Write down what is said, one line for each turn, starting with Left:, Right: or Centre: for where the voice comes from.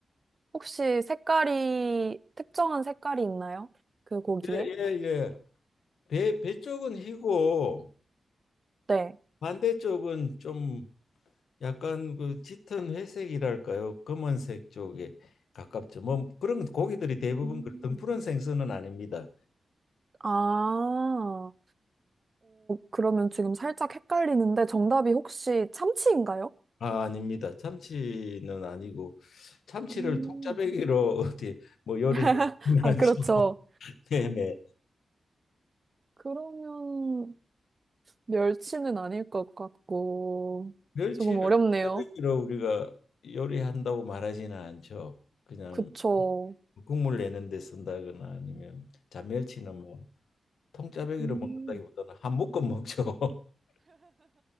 Right: 혹시 색깔이, 특정한 색깔이 있나요? 그 고기에?
Left: 예, 예, 예. 배, 배 쪽은 희고
Right: 네.
Left: 반대쪽은 좀 약간 그 짙은 회색이랄까요? 검은색 쪽에 가깝죠. 뭐 그런 고기들이 대부분
Right: 음.
Left: 그 등푸른 생선은 아닙니다.
Right: 아, 어, 그러면 지금 살짝 헷갈리는데 정답이 혹시 참치인가요?
Left: 아, 아닙니다. 참치는 아니고 참치를
Right: 음.
Left: 음. 통짜배기로 <laughs> 어디 뭐 요리해
Right: <laughs>
Left: <laughs>
Right: 아, 그렇죠.
Left: 네네.
Right: 그러면 멸치는 아닐 것 같고,
Left: 멸치를
Right: 조금 어렵네요.
Left: 통짜배기로 우리가 요리한다고 말하지는 않죠. 그냥
Right: 그쵸.
Left: 국물 내는데 쓴다거나 아니면 잔멸치는 뭐 통짜배기로
Right: 음.
Left: 먹는다기보다는 한 묶음 먹죠. <laughs>